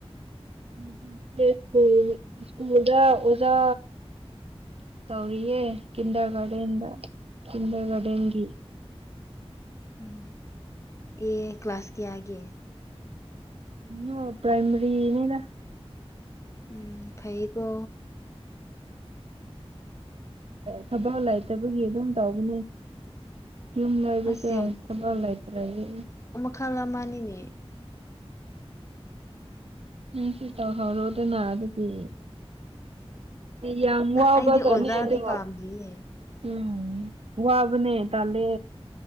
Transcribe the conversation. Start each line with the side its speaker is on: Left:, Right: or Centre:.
Right: ꯎꯝ ꯍꯝ ꯁ꯭ꯀꯨꯜ ꯁ꯭ꯀꯨꯜꯗ ꯑꯣꯥꯖꯥ ꯇꯧꯔꯤꯑꯦ ꯀꯤꯟꯗꯔꯒꯥꯔꯗꯦꯟꯗ ꯀꯤꯟꯗꯔꯒꯥꯔꯗꯦꯟ ꯒꯤ
Left: ꯎꯝ ꯑꯦ ꯀ꯭ꯂꯥꯁ ꯀꯌꯥꯒꯤ
Right: ꯅꯣ ꯄ꯭ꯔꯥꯏꯃꯔꯤꯅꯤꯗ
Left: ꯎꯝ ꯐꯩꯀꯣ
Right: ꯊꯕꯛ ꯂꯩꯇꯕꯒꯤ ꯑꯗꯨꯝ ꯇꯧꯕꯅꯦ ꯌꯨꯝ ꯂꯩꯕꯁꯦ
Left: ꯑꯁ
Right: ꯊꯕꯛ ꯂꯩꯇ꯭ꯔꯗꯤ
Left: ꯈꯂꯝꯃꯅꯤꯅꯦ
Right: <unintelligible> ꯇꯧꯍꯧꯔꯣꯗꯅ ꯑꯗꯨꯗꯤ ꯌꯥꯝ ꯋꯥꯕꯖꯅꯤꯗ
Left: ꯑꯩꯗꯤ ꯑꯣꯖꯥꯗꯤ ꯄꯥꯝꯗꯤꯌꯦ
Right: ꯎꯝ ꯋꯥꯕꯅꯦ ꯇꯂꯦ